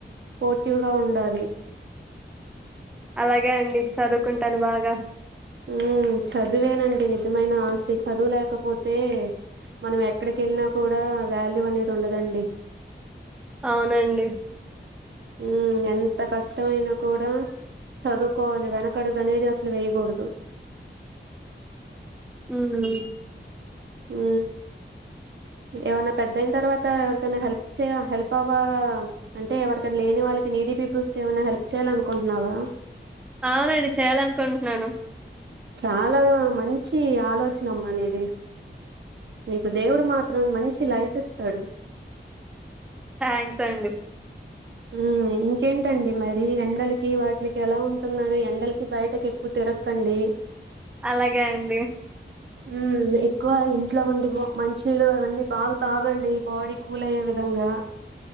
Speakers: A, on the right; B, in the centre.
A: స్పోర్టివ్గా ఉండాలి.
B: అలాగే అండి చదువుకుంటాను బాగా
A: ఉ చదివేనం డి నిజమైన ఆస్తి చదువులేకపోతే మనం ఎక్కడకి వేళ్ళినా కూడా వాల్యూ అనేది ఉండదండి.
B: అవునండి
A: ఉ ఎంత కష్టం అయినా కూడా చదువుకోవాలి వెనక కడుగు అనేది అసలు వెయకూడదు
B: హ్మ్
A: హ్ ఏమన్నా పెద్దయిన తర్వాత ఎవరికైనా హెల్ప్ చేయ హెల్ప్ అవ్వ అంటే ఎవరికైనా లేని వాళ్ళకి నీడీ పీపుల్స్ కు ఏమన్నా హెల్ప్ చేయ్యాలీ అనుకుంటున్నావా
B: అవునండి చేయాలనుకుంటున్నాను
A: చాలా మంచి ఆలోచనమ్మా నీది నీకు దేవుడు మాత్రం మంచి లైఫ్ ఇస్తాడు
B: థ్యాంక్స్ అండి
A: ఉ ఇంకేంటండి మరి ఎండలకి వాటికి ఎలా ఉంటున్నారు. ఎండలకి బయటకి ఎక్కువ తిరక్కండి.
B: అలాగే అండి
A: ఉ ఎక్కువ ఇంట్లో ఉండి మంచినీళ్ళు అవన్నీ బాగా తాగండి బాడీ కూల్ అయ్యే విధంగా